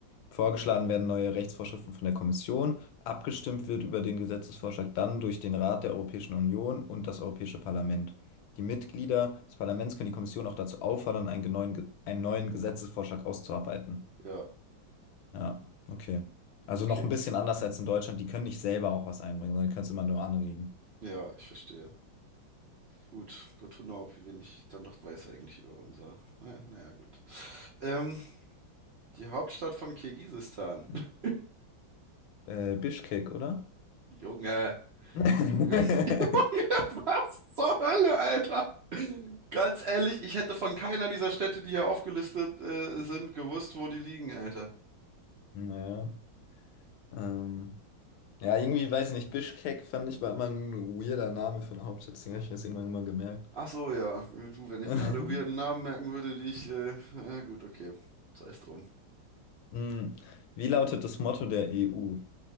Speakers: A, on the left (about 80°); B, on the right (about 70°).
A: Vorgeschlagen werden neue Rechtsvorschriften von der Kommission. Abgestimmt wird über den Gesetzesvorschlag dann durch den Rat der Europäischen Union und das Europäische Parlament. Die Mitglieder des Parlaments können die Kommission auch dazu auffordern, einen neuen, einen neuen Gesetzesvorschlag auszuarbeiten.
B: ja,
A: Ja, okay. Also
B: okay.
A: noch ein bisschen anders als in Deutschland. Die können nicht selber auch was einbringen, sondern können es immer nur anregen.
B: Ja, ich verstehe. Gut, good to know, wie wenig ich dann noch weiß eigentlich über unser. Naja, naja, gut. Ähm, die Hauptstadt von Kirgisistan.
A: Hm.
B: <laughs>
A: Äh, Bischkek, oder?
B: Junge,
A: <laughs>
B: du, <laughs> Junge, was zur Hölle, Alter? Ganz ehrlich, ich hätte von keiner dieser Städte, die hier aufgelistet äh, sind, gewusst, wo die liegen, Alter.
A: Naja. Ähm. Ja, irgendwie, weiß nicht, Bischkek fand ich war immer ein weirder Name für eine Hauptstadt, deswegen habe ich mir das irgendwann immer gemerkt.
B: Ach so, ja. Du, wenn ich
A: <laughs>
B: mir alle weirden Namen merken würde, die ich. Äh, ja, gut, okay. Sei es drum.
A: Hm, Wie lautet das Motto der EU?